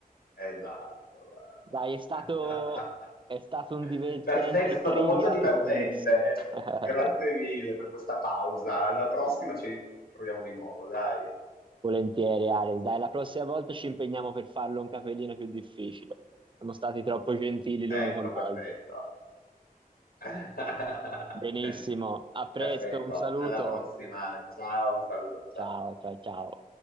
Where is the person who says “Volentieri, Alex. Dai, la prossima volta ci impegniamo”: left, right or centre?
Right